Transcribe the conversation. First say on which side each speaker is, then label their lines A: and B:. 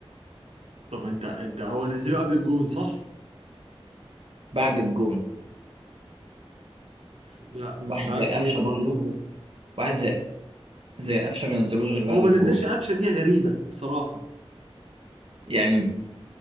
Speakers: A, on the right (about 85°); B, on the right (about 60°).
A: طب انت انت هو نزله قبل الجون صح
B: بعد الجون
A: ف- لا مش
B: واحد
A: عارف
B: زي قفشه
A: ليه نزل
B: برضه
A: ما نزل
B: واحد زي زي قفشه ما نزلوش غير بعد
A: هو ما
B: الجون
A: نزلش قفشه دي غريبه بصراحه
B: يعني